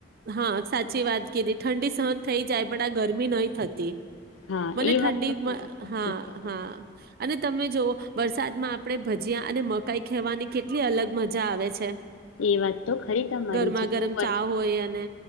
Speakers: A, on the right; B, on the left.
A: હા સાચી વાત કીધી ઠંડી સહન થઈ જાય, પણ આ ગરમી નય થતી.
B: હા
A: મને
B: એ
A: ઠંડીમાં,
B: વાત તો તમે સાચી
A: હા
B: કરી
A: હા અને તમે જોવો વરસાદમાં આપણે ભજીયા અને મકાઈ ખેવાની કેટલી અલગ મજા આવે છે.
B: એ વાત તો ખરી તમારી
A: ગરમા
B: જીગુ
A: ગરમ
B: પર
A: ચા હોય અને